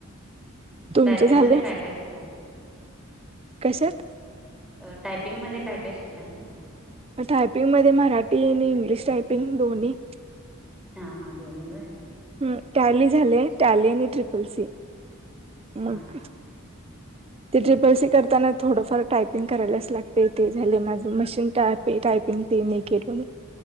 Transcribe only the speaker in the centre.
टायपिंग
मध्ये काय काय केलंय.
अ टायपिंग मध्ये काय काय शिकलाय म्हणत.
हा हा दोनी व
हम
हा